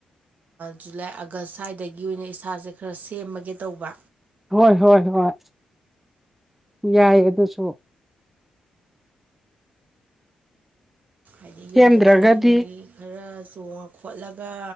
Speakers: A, on the right (about 55°); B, in the centre.
A: ꯖꯨꯂꯥꯏ ꯑꯥꯒꯁ ꯁ꯭ꯋꯥꯏꯗꯒꯤ ꯑꯣꯏꯅ ꯏꯁꯥꯁꯦ ꯈꯔ ꯁꯦꯝꯃꯒꯦ ꯇꯧꯕ
B: ꯍꯣꯏ ꯍꯣꯏ ꯍꯣꯏ ꯌꯥꯏ ꯑꯗꯨꯁꯨ
A: ꯍꯥꯏꯗꯤ ꯌꯨꯝꯗ
B: ꯁꯦꯝꯗ꯭ꯔꯒꯗꯤ
A: ꯊꯧꯂꯤ ꯅꯨꯡꯂꯤ ꯈꯔ ꯇꯣꯡꯉ ꯈꯣꯠꯂꯒ